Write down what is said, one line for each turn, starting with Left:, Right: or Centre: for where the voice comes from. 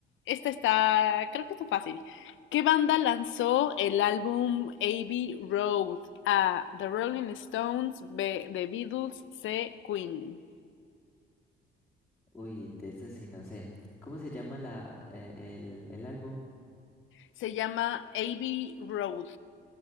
Left: Esta está, creo que está fácil. ¿Qué banda lanzó el álbum Abbey Road? A. The Rolling Stones, B. The Beatles, C. Queen.
Centre: Uy, de eso sí no sé. ¿Cómo se llama la, eh, el, el álbum?
Left: Se llama Abbey Road.